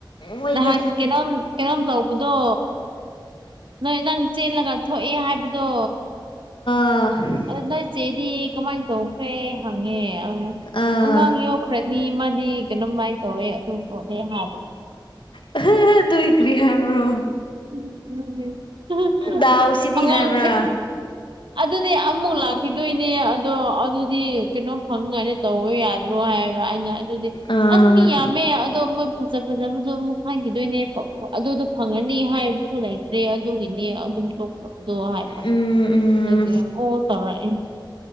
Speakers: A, on the left; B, on the right.
A: ꯃꯣꯏꯒꯤ
B: ꯅꯍꯥꯟ ꯀꯩꯅꯣꯝ ꯀꯩꯅꯣꯝ ꯇꯧꯕꯗꯣ ꯅꯣꯏ ꯅꯪ ꯆꯦꯜꯂꯒ ꯊꯣꯛꯑꯦ ꯍꯥꯏꯕꯗꯣ
A: ꯑꯥ
B: ꯅꯣꯏꯆꯦꯗꯤ ꯀꯃꯥꯏꯅ ꯇꯧꯈ꯭ꯔꯦ ꯍꯪꯉꯦ ꯑꯪ
A: ꯑꯥ
B: ꯑꯉꯥꯡ ꯌꯣꯛꯈ꯭ꯔꯅꯤ ꯃꯥꯗꯤ ꯀꯩꯅꯝꯃꯥꯏꯅ ꯇꯧꯋꯦ ꯑꯗꯨ ꯇꯣꯠꯂꯦ ꯍꯥꯌꯕꯥ
A: <unintelligible> ꯑꯗꯨꯏ ꯔꯤ ꯍꯥꯏꯕ꯭ꯔꯣ
B: ꯎꯝ ꯎꯝ ꯎꯝ
A: ꯗꯥꯎꯁꯤꯗꯤ
B: ꯑꯉꯥꯡꯗꯤ
A: ꯍꯥꯏꯕ꯭ꯔꯥ
B: ꯑꯗꯨꯗꯤ ꯑꯃꯨꯛ ꯂꯥꯛꯈꯤꯗꯣꯏꯅꯦ ꯑꯗꯣ ꯑꯗꯨꯗꯤ ꯀꯩꯅꯣꯝ ꯐꯪꯉꯥꯏꯅ ꯇꯧꯋꯦ ꯌꯥ <unintelligible> ꯍꯥꯏꯕ ꯑꯩꯅ ꯑꯗꯨꯗꯤ
A: ꯑꯥ
B: ꯑꯁ ꯃꯤ ꯌꯥꯝꯃꯦ ꯑꯗꯣ ꯃꯣꯏ ꯐꯖ ꯐꯖꯕꯗꯣ ꯑꯃꯨꯛ ꯈꯪꯈꯤꯗꯣꯏꯅꯦ ꯑꯗꯨꯗꯣ ꯐꯪꯉꯅꯤ ꯍꯥꯏꯕꯁꯨ ꯂꯩ ꯗꯦ ꯑꯗꯨꯒꯤꯅꯦ ꯑꯗꯨꯝ ꯇꯇꯗꯣ ꯍꯥꯏꯕ
A: ꯎꯝ ꯎꯝ
B: ꯑꯗꯨꯒꯤ ꯑꯣ ꯇꯧꯔꯛꯑꯦ